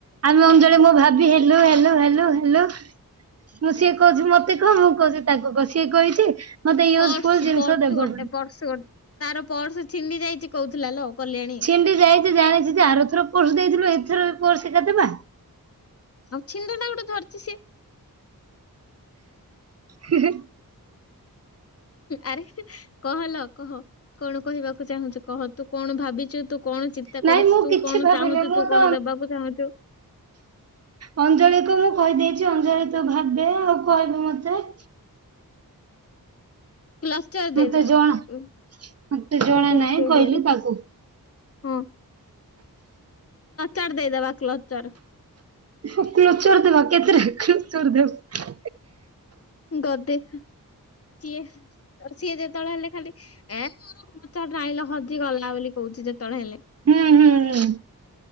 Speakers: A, on the right (about 45°); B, on the left (about 40°).
A: ଆମେ ଅଞ୍ଜଳୀ ମୁଁ ଭାବି ହେଲୁ ହେଲୁ ହେଲୁ ହେଲୁ। ମୁଁ ସିଏ କହୁଛି ମତେ କହ ମୁଁ କହୁଛି ତାକୁ କହ ସିଏ କହିଛି ମତେ ୟୁଜଫୁଲ
B: ପର୍ସ
A: ଜିନିଷ
B: ପର୍ସ
A: ଦେବ ବୋଲି।
B: ଗୋଟେ ପର୍ସ ଗୋଟେ ତାର ପର୍ସ ଛିଣ୍ଡି ଯାଇଛି କହୁଥିଲା ଲ କଲ୍ୟାଣୀ।
A: ଛିଣ୍ଡି ଯାଇଛି ଜାଣିଛି ଯେ ଆରଥର ପର୍ସ ଦେଇଥିଲୁ ଏଥର ପର୍ସ ଏକା ଦେବା।
B: ଆଉ ଛିଣ୍ଡ ଟା ଗୋଟେ ଧରିଛି ସେ।
A: ହୁଁଁ।
B: ଆରେ କହଲ କହ କଣ କହିବାକୁ ଚାହୁଁଛୁ କହ ତୁ କଣ ଭାବିଛୁ ତୁ କଣ ଚିନ୍ତା
A: ନାଇଁ
B: କରୁଛୁ
A: ମୁଁ
B: ତୁ
A: କିଛି
B: କଣ
A: ଭାବିନି
B: ଚାହୁଁଛୁ
A: ମୁଁ
B: ତୁ
A: ତ
B: କଣ ଦେବାକୁ ଚାହୁଁଛୁ?
A: ଅଞ୍ଜଳିକୁ ମୁଁ କହିଦେଇଛି ଅଞ୍ଜଳି ତୁ ଭାବେ ଆଉ କହିବୁ ମତେ।
B: କ୍ଲଚର ଦେଇ
A: ମତେ
B: ଦେବା
A: ଜଣା ମତେ
B: କଣ
A: ଜଣା
B: କହୁଚନ୍ତି
A: ନାହିଁ
B: ଓଡ଼ିଆରେ?
A: କହିଲି ତାକୁ
B: ହଁ କ୍ଲଚର୍ ଦେଇଦବା କ୍ଲଚର୍।
A: ହ କ୍ଲୋଚର ଦେବା କେତେଟା କ୍ଲୋଚର ଦେବା।
B: ଗଦେ କିଏ? ତ ସିଏ ଯେତେବେଳେ ହେଲେ ଖାଲି ଏ ମୋର <inaudible> ହଜିଗଲା ବୋଲି କହୁଛି ଯେତେବେଳେ ହେଲେ।
A: ହୁଁ ହୁଁ। ହୁଁ